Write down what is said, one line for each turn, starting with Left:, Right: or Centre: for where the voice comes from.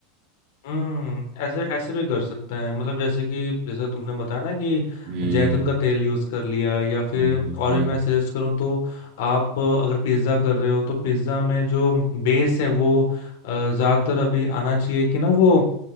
Left: हम्म ऐसे ऐसे भी कर सकते हैं मतलब जैसे कि जैसे तुमने बताया ना कि
Right: हम्म
Left: जैतून का तेल यूज कर लिया या फिर
Right: हम्म, हम्म,
Left: और भी मैं सजेस्ट करूँ तो आप अगर पिज्ज़ा कर रहे हो तो पिज्ज़ा में जो बेस है वो अ, ज्यादातर अभी आना चाहिए कि ना वो